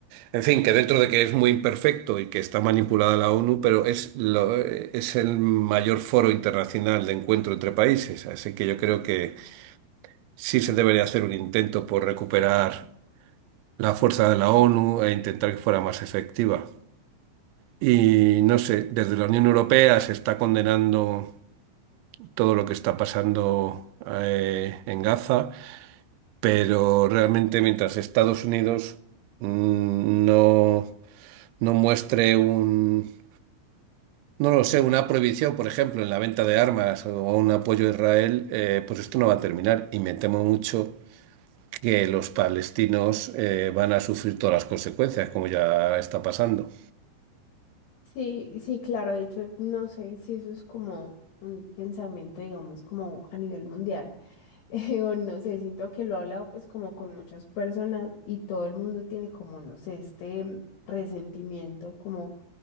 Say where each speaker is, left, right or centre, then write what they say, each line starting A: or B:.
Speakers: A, on the right; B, on the left.
A: En fin, que dentro de que es muy imperfecto y que está manipulada la ONU, pero es, lo- es el mayor foro internacional de encuentro entre países, así que yo creo que sí se debería hacer un intento por recuperar la fuerza de la ONU e intentar que fuera más efectiva. Y no sé, desde la Unión Europea se está condenando todo lo que está pasando eh, en Gaza, pero realmente mientras Estados Unidos mm, no, no muestre un, no lo sé, una prohibición, por ejemplo, en la venta de armas o un apoyo a Israel, eh, pues esto no va a terminar. Y me temo mucho que los palestinos eh, van a sufrir todas las consecuencias, como ya está pasando.
B: Sí, sí, claro, de hecho, no sé si eso es como un pensamiento, digamos, como a nivel mundial, <laughs> eh, o no sé, siento que lo he hablado pues como con muchas personas y todo el mundo tiene como, no sé, este resentimiento como,